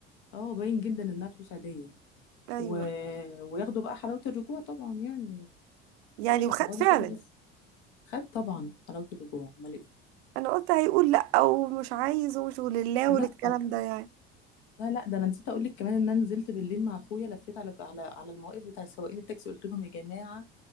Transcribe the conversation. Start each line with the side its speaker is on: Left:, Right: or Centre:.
Left: اه باين جدا انها فلوس عاديه
Right: ايوه
Left: و... وياخدوا بقى حلاوه الرجوع طبعا يعني
Right: يعني
Left: مش
Right: وخد
Left: هتقعدي
Right: فعلا
Left: كده بس خد طبعا حلاوه الرجوع امال ايه
Right: انا قلت هيقول لا ومش عايز ومش ولله
Left: لا
Right: والكلام ده يعني
Left: لا لا ده انا نسيت اقول لك كمان ان انا نزلت بالليل مع اخويا لفيت على على على المواقف بتاع سواقين التاكسي قلت لهم يا جماعه